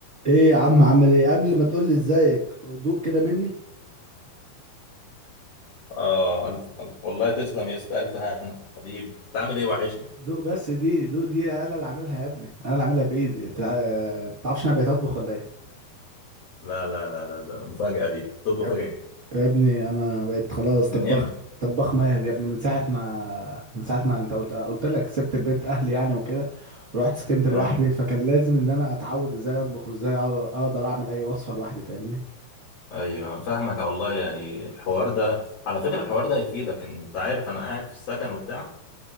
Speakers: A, on the right; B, on the left.
A: ايه يا عم عامل ايه قبل ما تقول لي ازيك دوق كده مني
B: اه الف الف والله تسلم يا اسطى الف هنا حبيبي بتعمل ايه وحشني
A: دوق بس دي دوق دي انا اللي عاملها يا ابني انا اللي عاملها بايدي انت آه، تعرفش انا بقيت اطبخ ولا ايه
B: لا لا لا لا ده المفاجأة دي تطبخ
A: يا اب-
B: ايه
A: يا ابني انا بقيت خلاص
B: من
A: طباخ
B: امتى
A: طباخ ماهر يا ابني من ساعه ما من ساعه ما انت قلت قلت لك سبت البيت اهلي يعني وكده ورحت سكنت لوحدي
B: اه
A: فكان لازم ان انا اتعود ازاي اطبخ وازاي اقدر أقدر اعمل اي وصفه لوحدي فاهمني
B: ايوه فاهمك والله يعني الحوار ده على فكرة الحوار ده هيفيدك انت عارف انا قاعد في السكن وبتاع